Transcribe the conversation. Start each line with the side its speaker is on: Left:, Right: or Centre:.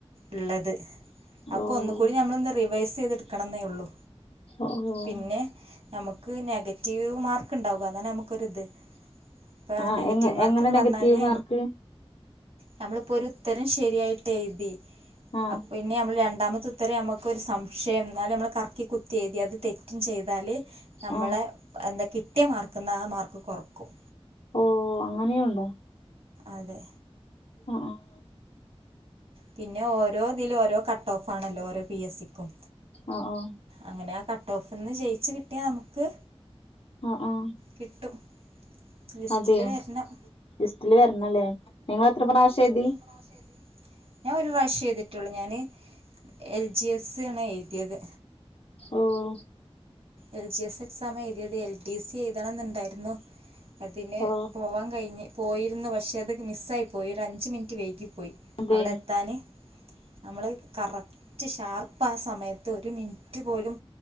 Right: ഇള്ളത്
Left: ഓഹ്
Right: ഒക്കെ ഒന്നുകൂടി ഞമ്മളൊന്ന് റിവേഴ്സ് ചെയ്ത് ഇട്ക്കണെന്നേ ഒള്ളൂ
Left: ഓഹ്
Right: പിന്നെ ഞമ്മക്ക് നെഗറ്റീവ് മാർക്ക്ണ്ടാവും അതാ ഞമ്മക്കൊരിത് ഇപ്പൊ
Left: ആഹ്
Right: നെഗറ്റീവ്
Left: എങ്ങ
Right: മാർക്ക്
Left: എങ്ങനെ
Right: എന്ന് പറഞ്ഞാല്
Left: നെഗറ്റീവ് മാർക്ക്
Right: നമ്മളിപ്പൊരുത്തരം ശരിയായിട്ട് എഴുതി
Left: ആഹ്
Right: അപ്പ പിന്നെ നമ്മൾ രണ്ടാമത്തെ ഉത്തരം ഞമ്മക്കൊരു സംശയം എന്നാലും ഞമ്മള് കറക്കി കുത്തി എഴുതി അത് തെറ്റും ചെയ്താല് ഞമ്മളെ-
Left: ആഹ്
Right: എന്താ കിട്ടിയ മാർക്കീന്ന് ആ മാർക്ക് കൊറക്കും
Left: ഓഹ് അങ്ങനെയുണ്ടോ
Right: അതെ
Left: ആഹ് ആഹ്
Right: പിന്നെ ഓരോതിലും ഓരോ കട്ടോഫാണല്ലോ ഓരോ പി എസിക്കും
Left: ആ ആ
Right: അങ്ങനെ ആ കട്ടോഓഫ്ന്ന് ജയ്ച്ച് കിട്ടിയാ നമുക്ക്
Left: ആ ആ
Right: കിട്ടും ലിസ്റ്റില്
Left: അതെ
Right: വെരണം
Left: ലിസ്റ്റില് വരണല്ലേ നിങ്ങ എത്ര പ്രാവശ്യം എഴുതി
Right: നാല് ഞാൻ ഒരു പ്രാശ്രേ എഴതിട്ടൊള്ളൂ ഞാന് എൽ ജി എസാണ് എഴുതിയത്
Left: ഓഹ്
Right: എൽ ജി സ് എക്സാമായെഴുതിയത് എൽ ഡി സി എഴുതണംന്നുണ്ടാരുന്നു അതിന്
Left: ഓ
Right: പോവാൻ കഴിഞ്ഞ് പോയിരുന്നു പക്ഷേ അത് മിസ്സായിപ്പോയി ഒരു അഞ്ച് മിനിറ്റ് വൈകിപ്പോയി
Left: അതെ
Right: അവിടെത്താന് നമ്മള് കറക്റ്റ് ഷാർപ്പാ സമയത്ത് ഒരു മിനിറ്റ് പോലും